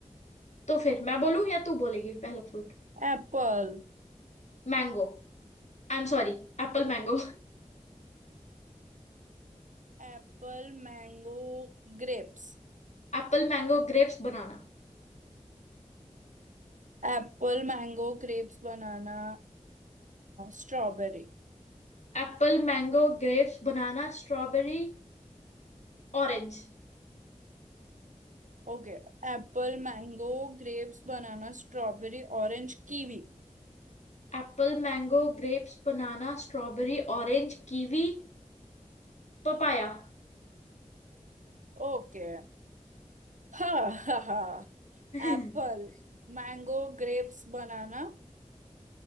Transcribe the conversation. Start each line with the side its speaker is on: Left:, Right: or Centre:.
Left: तो फिर मैं बोलूं या तू बोलेगी पहला fruit
Right: Apple
Left: Mango I am sorry apple mango
Right: Apple mango grapes
Left: <laughs> Apple mango grapes banana
Right: Apple mango grapes banana strawberry
Left: Apple mango grapes banana strawberry orange
Right: Okay Apple mango grapes banana strawberry orange kiwi
Left: Apple mango grapes banana strawberry orange kiwi papaya
Right: Okay हाँ हाँ हाँ
Left: <laughs> हाँ
Right: Apple mango grapes banana